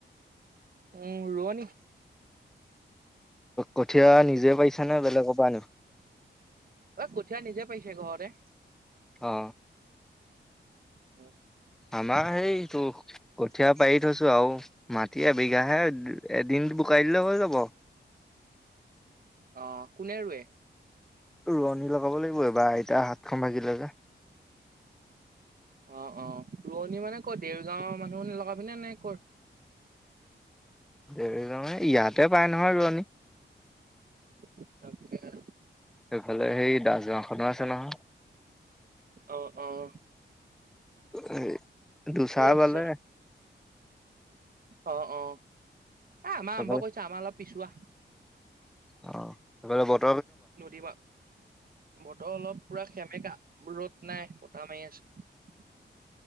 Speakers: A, on the right; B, in the centre.
A: উম ৰোৱনী
B: কঠীয়া নিজে পাইছা নে বেলেগৰ পৰা আনো
A: ঐ কঠীয়া নিজে পাৰিছে ঘৰতে
B: অ
A: উম
B: আমাৰ সেইটো কঠীয়া পাৰি থৈছো আও মাটি এবিঘা হে এদিন বোকাই দিলে হৈ যাব
A: অ কোনে ৰুৱে
B: ৰোৱনী লগাব লাগিব এইবাৰ আইতা হাতখন ভাগিলে যে
A: অ অ ৰোৱনী মানে কৰ দেৰগাঁৱৰ মানুহ লগাবি নে নে কৌৰ
B: দেৰি যনে ইয়াতে পাই নহয় ৰোৱনী
A: তই কেতিয়া কে যাবি।
B: সেইফালে সেই দাস গাওঁ খনো আছে নহয়।
A: অহ' অহ'
B: হেই দুসাহ
A: আছে
B: বালে
A: অ' অ' আমাৰ
B: সেইফালে
A: আৰম্ভ কৰিছোঁ। আমাৰ অলপ পিছুৱোৱা।
B: অ' হেই ফালে ক'ত।
A: নদী বাক বতৰ অলপ পুৰা সেমেকা ৰ'দ নাই বতাহ মাৰি আছে।